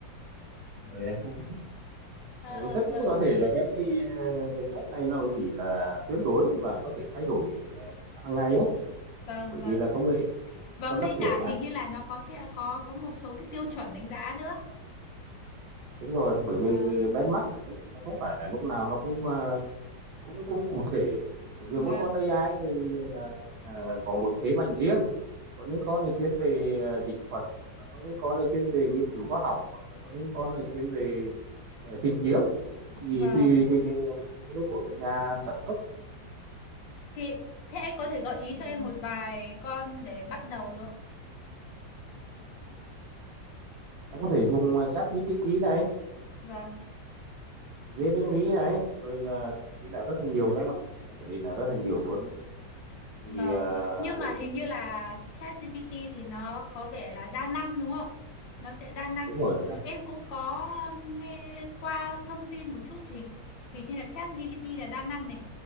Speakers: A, on the right (about 65°); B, on the left (about 80°).
A: <laughs>
B: Ờ,
A: Ừ, tất nhiên
B: vâng,
A: có thể là các cái ờ, cái test này nó cũng chỉ là tương đối và có thể thay đổi ờ, hàng ngày ấy
B: vâng,
A: bởi
B: vâng.
A: vì là công nghệ
B: Vâng,
A: nó phát
B: mê
A: triển
B: cả
A: mà
B: hình như là nó có thể có có một số cái tiêu chuẩn đánh giá nữa.
A: đúng rồi bởi
B: Vâng,
A: vì cái benchmark này nó không phải là lúc nào nó cũng ờ, cũng cũng cụ thể bởi vì
B: vâng,
A: mỗi con AI thì ờ, ờ, có một cái thế mạnh riêng có những con là chuyên về ờ, dịch thuật hoặc là có những con là chuyên về nghiên cứu khoa học hoặc là có những con là chuyên về ờ, tìm kiếm thì
B: vâng.
A: tùy cái, cái mục tiêu của cái nhà sản xuất
B: Thì thế anh có
A: thì
B: thể gợi ý cho em một vài con để bắt đầu được không?
A: em có thể dùng uh, chat GPT này
B: Vâng.
A: Jeremy này rồi là thậm chí là rất là nhiều đấy em ạ anh thấy là rất là nhiều luôn đấy thì
B: Vâng,
A: uh,
B: nhưng mà
A: hiện
B: hình
A: tại
B: như là ChatGPT thì nó có vẻ là đa năng đúng không? Nó sẽ đa năng.
A: đúng rồi
B: Ừ, Em cũng có um, nghe qua thông tin một chút thì hình như là ChatGPT là đa năng này.